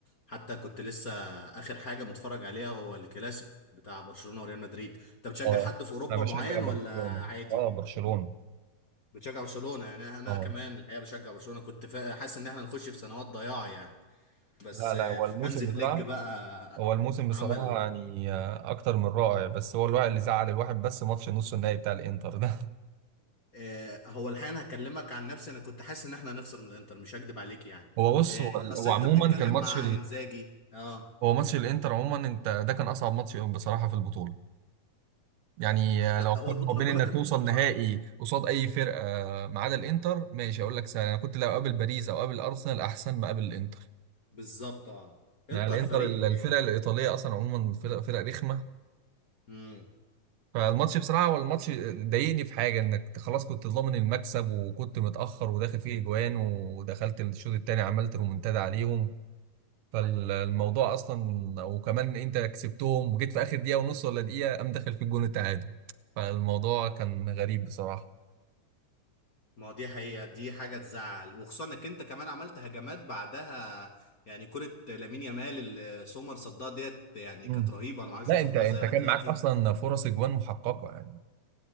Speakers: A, on the left; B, on the right.
A: حتى كنت لسه اخر حاجه متفرج عليها هو الكلاسيكو بتاع برشلونه وريال مدريد انت بتشجع
B: اه
A: حد في اوروبا
B: انا بشجع
A: معين
B: برشلونه
A: ولا عادي
B: اه برشلونه
A: بتشجع برشلونه يعني انا
B: اه
A: كمان الحقيقه بشجع برشلونه كنت فا- حاسس ان احنا هنخش في سنوات ضياع يعني بس
B: لا
A: آه،
B: لا هو الموسم
A: هانز فليك
B: بصراحه
A: بقى
B: هو الموسم بصراحه
A: عمل
B: يعني آه، اكتر من رائع بس هو الواحد اللي زعل الواحد بس ماتش نص النهائي بتاع الانتر ده
A: آه، هو الحقيقه انا هكلمك عن نفسي انا كنت حاسس ان احنا هنخسر من الانتر مش هكدب عليك
B: <laughs>
A: يعني
B: هو بص
A: آه،
B: هو
A: اصل
B: هو
A: انت
B: عموما
A: بتتكلم
B: كان ماتش
A: مع انزاجي اه
B: هو ماتش الانتر عموما انت ده كان اصعب ماتش بصراحه في البطوله يعني آه،
A: لا
B: لو قارن
A: هو البطوله
B: ما بين
A: كلها
B: انك
A: كانت
B: توصل
A: ماتشات
B: نهائي
A: صعبه
B: قصاد اي فرقه آه، ما عدا الانتر ماشي اقول لك سهل انا كنت لو قابل باريس او قابل ارسنال احسن ما قابل الانتر
A: بالظبط اه انتر
B: يعني الانتر
A: فريق
B: الفرقه
A: آه،
B: الايطاليه اصلا عموما فرق فرق رخمه
A: امم
B: فالماتش بصراحه هو الماتش ضايقني في حاجه انك خلاص كنت ضامن المكسب وكنت متاخر وداخل فيه اجوان ودخلت الشوط الثاني عملت رومنتادا عليهم فالموضوع اصلا وكمان انت كسبتهم وجيت في اخر دقيقه ونص ولا دقيقه قام داخل في الجون التعادل فالموضوع كان غريب بصراحه
A: ما هو دي حقيقه دي حاجه تزعل وخصوصا انك انت كمان عملت هجمات بعدها يعني كره لامين يامال اللي سومر صدها ديت يعني
B: مم.
A: كانت رهيبه انا ما اعرفش
B: لا
A: هو صدها
B: انت انت
A: ازاي لحد
B: كان
A: دلوقتي
B: معاك اصلا فرص اجوان محققه يعني